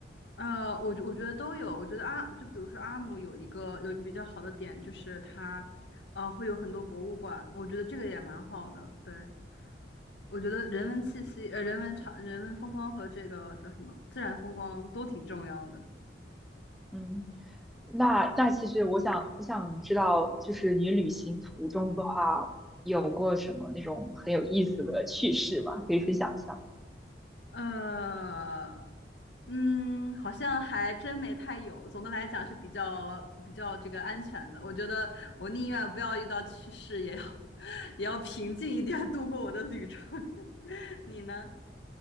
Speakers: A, on the left; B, in the centre.
A: 呃，我我觉得都有。我觉得阿就比如说阿姆有一个有一个比较好的点，就是它，呃，会有很多博物馆。我觉得这个也蛮好的。对，我觉得人文气息、呃，人文场、人文风光和这个叫什么自然风光都挺重要的。
B: 嗯，那那其实我想我想知道，就是你旅行途中的话，有过什么那种很有意思的趣事吗？可以分享一下吗？
A: 呃，嗯，好像还真没太有。总的来讲是比较比较这个安全的。我觉得我宁愿不要遇到趣事，也要 <laughs> 也要平静一点度过我的旅程。<laughs> 你呢？